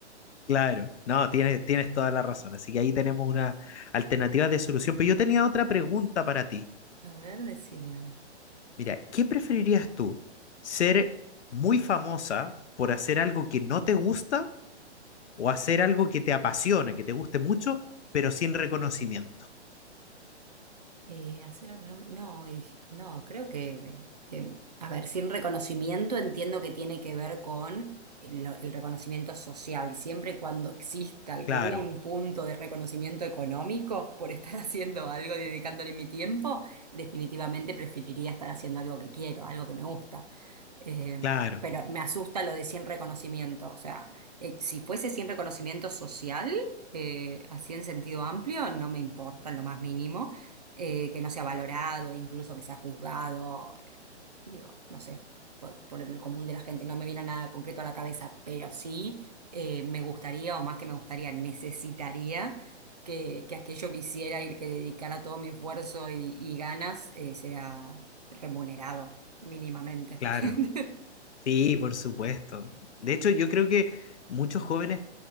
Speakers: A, on the left; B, on the right.
A: claro. No, tienes, tienes toda la razón. Así que ahí tenemos una alternativa de solución. Pero yo tenía otra pregunta para ti.
B: A ver, decime.
A: Mira, ¿qué preferirías tú? ¿Ser muy famosa por hacer algo que no te gusta o hacer algo que te apasione, que te guste mucho, pero sin reconocimiento?
B: Eh, hacer algo que no, me- no, y- si, no, creo que, que, a ver, sin reconocimiento entiendo que tiene que ver con el, lo- el reconocimiento social. Siempre y cuando exista algún
A: Claro,
B: punto de reconocimiento económico por estar <laughs> haciendo algo, dedicándole mi tiempo, definitivamente preferiría estar haciendo algo que quiero, algo que me gusta. Eh,
A: claro,
B: pero me asusta lo de sin reconocimiento. O sea, eh, si fuese sin reconocimiento social, eh, así en sentido amplio, no me importa en lo más mínimo eh, que no sea valorado, incluso que sea juzgado, eh, digo, no sé, por, por el común de la gente, no me viene nada concreto a la cabeza, pero sí eh, me gustaría, o más que me gustaría, necesitaría que, que aquello que hiciera y que dedicara todo mi esfuerzo y, y ganas eh, sea remunerado mínimamente.
A: claro.
B: <laughs>
A: Sí, por supuesto. De hecho, yo creo que muchos jóvenes